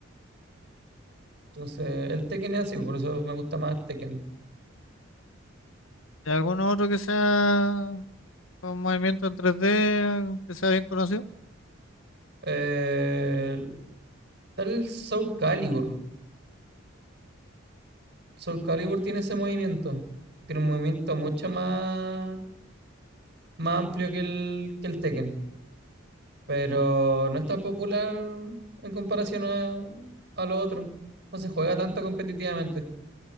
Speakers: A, on the right (about 50°); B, on the left (about 75°).
A: Entonces, el Tekken es así, por eso me gusta más Tekken.
B: ¿Y alguno otro que sea con movimiento en tres d que sea bien conocido?
A: Eh, está el Soul Calibur. El Soul Calibur tiene ese movimiento. Tiene un movimiento mucho más, más amplio que el, que el Tekken. Pero no es tan popular en comparación a, a lo otro. No se juega tanto competitivamente.